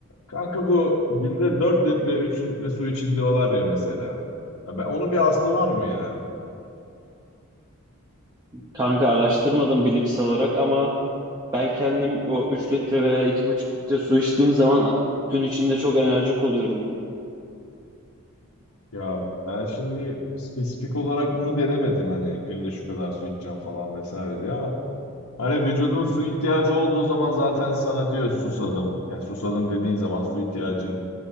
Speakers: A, on the left (about 85°); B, on the right (about 20°).
A: Kanka bu günde 4 litre 3 litre su için diyorlar ya mesela. Ya ben, onun bir aslı var mı ya?
B: Kanka araştırmadım bilimsel olarak ama ben kendim o 3 litre veya iki buçuk litre su içtiğim zaman gün içinde çok enerjik oluyorum ya.
A: Ya ben şimdi spesifik olarak bunu denemedim hani günde şu kadar su içeceğim falan vesaire diye ama hani vücudun su ihtiyacı olduğu zaman zaten sana diyor susadım. Yani susadım dediğin zaman su ihtiyacın